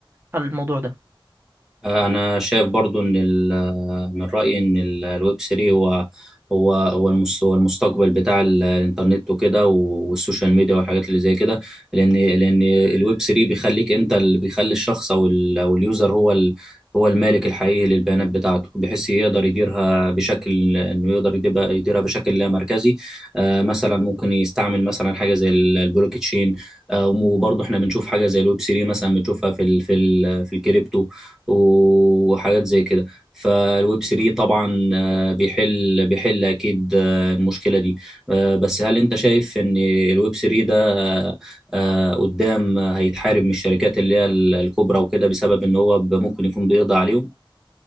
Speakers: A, on the right; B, in the centre.
A: على الموضوع ده
B: انا شايف برضو ان ال- آه، من رايي ان ال- آه، الويب 3 هو هو هو المس- هو المستقبل بتاع ال- آه، الانترنت وكده والسوشيال ميديا والحاجات اللي زي كده لان لان الويب 3 بيخليك انت اللي بيخلي الشخص او ال- او اليوزر هو ال- هو المالك الحقيقي للبيانات بتاعته بحيث يقدر يديرها بشكل انه يقدر يديبها- يديرها بشكل لا مركزي آه، مثلا ممكن يستعمل مثلا حاجه زي ال- البلوك تشين آه، وبرضه احنا بنشوف حاجه زي الويب 3 مثلا بنشوفها في ال في ال في الكريبتو وحاجات زي كده فالويب 3 طبعا آه، بيحل بيحل اكيد آه، المشكله دي آه، بس هل انت شايف ان الويب 3 ده آه، آه، قدام هيتحارب من الشركات اللي هي الكبرى وكده بسبب ان هو ب- ممكن يكون بيقضي عليهم